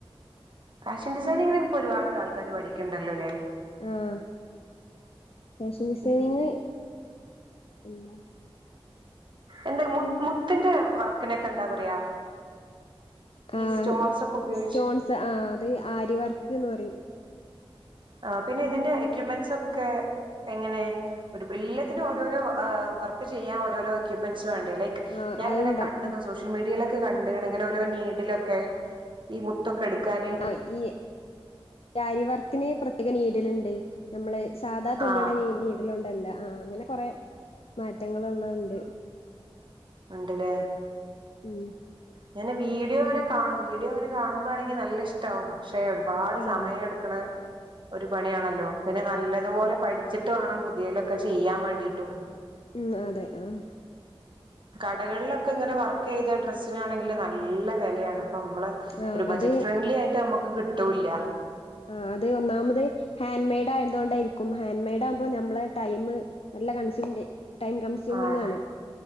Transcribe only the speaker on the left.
ആഹ് ഫാഷൻ ഡിസൈനിങ്
എന്താ
ആഹ്
സ്റ്റോൺസ് ആഹ് അത് ആരിവർക്ക്ന്ന് പറിം
ആഹ്
അത്ണ്ടാവും
ആഹ് ഈ ആരിവർക്കിന് പ്രത്യേക നീടിലിണ്ട് ഞമ്മള് സാധാ തുന്നണ
നീ നീട്ലോണ്ടല്ല ആഹ് അങ്ങനെ കൊറെ മാറ്റങ്ങള് ഉള്ളത് ഉണ്ട്
ഉം
ആഹ്
ആഹ്
ഉം അതെ ആഹ്
ആഹ്
അത്
ആഹ് അത് ഒന്നാമത് ഹാൻഡ് മെയ്ഡ് ആയത് കൊണ്ടായിരിക്കും ഹാന്ൻഡ് മെയ്ഡ് ആവുമ്പോ ഞമ്മളെ ടൈമ് നല്ല കൺസ്യുംണ്ട് ടൈം കൺസ്യൂമിംങ്ങാണ്